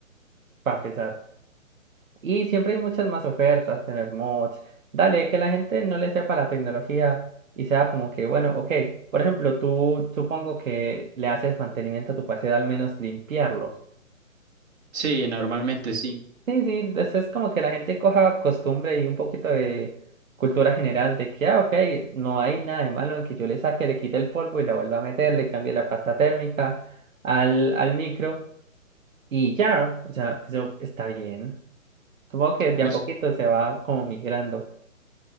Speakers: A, on the right; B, on the right.
A: para empezar. Y siempre hay muchas más ofertas, tener mods. Dale, que la gente no le sepa la tecnología y sea como que, bueno, ok, por ejemplo, tú supongo que le haces mantenimiento a tu PC, al menos limpiarlo.
B: Sí, normalmente sí.
A: Sí, sí, eso es como que la gente coja costumbre y un poquito de cultura general de que, ah, ok, no hay nada de malo en que yo le saque, le quite el polvo y la vuelva a meter, le cambie la pasta térmica al, al micro y ya, o sea, eso está bien. Supongo que de
B: Jus-
A: a poquito se va como migrando.